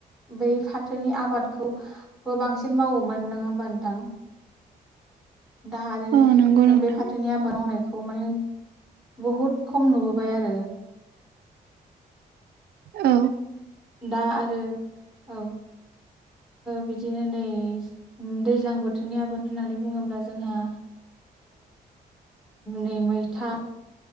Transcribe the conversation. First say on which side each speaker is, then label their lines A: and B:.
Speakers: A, in the centre; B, on the right (about 85°).
A: बै फाथोनि आबादखौबो बांसिन मावोमोन नों होमबा नंदों दा आरो
B: औ नंगौ
A: जों
B: नोंथां
A: बे जोंनि आबाद मावनायखौ माने बहुद खम नुबोबाय आरो।
B: औ।
A: दा आरो औ। बिदिनो नै दैज्लां बोथोरनि आबाद होननानै बुङोब्ला जोंहा नै मैथा